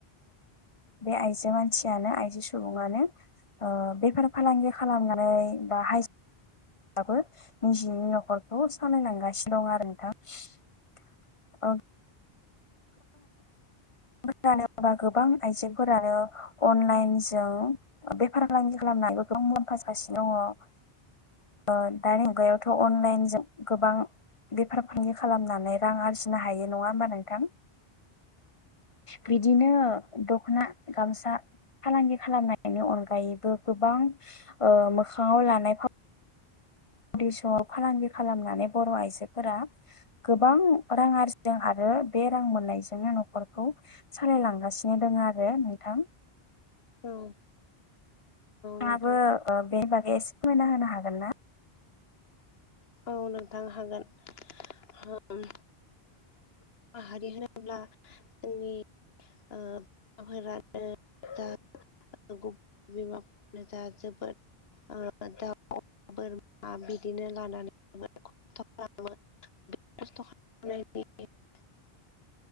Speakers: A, on the left (about 35°); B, on the left (about 75°).
A: बे आइजो मानसियानो आइजो सुबुंआनो। ओ बेफार फालांगि खालामनानै बा हाय। <unintelligible> निजिनि नखरखौ सालायलांगासिनो दं आरो नोंथां। <unintelligible>
B: <inaudible>
A: फोरानो बा गोबां आइजोेंफोरानो अनलाइन जा बेफार फालांगि खालामनायबो। <unintelligible> ओ दानि मुगायावथ अनलाइनजों गोबां बेफार फालांगि खालामनो। <unintelligible> रां आरजिनो हायो नङा होमबा नोंथां। बिदिनो दखना गामसा। फालांगि खालामनायनि अनगायैबो गोबां ओ मोखांङाव लानाय फाव। <unintelligible> फालांगि खालामनानै बर' आइजो। फोरा गोबां रां आरजिदों आरो बे रां मोननायजोंनो नखरखौ। सालायलांगासिनो दङ आरो नोंथां।
B: औ।
A: नोंथांङाबो
B: नोंथां
A: बेनि बागै एसे फोरमायना होनो हागोन ना।
B: औ नोंथां हागोन। माहारि होनोब्ला जोंनि। <unintelligible> <unintelligible> <unintelligible> <unintelligible> <unintelligible>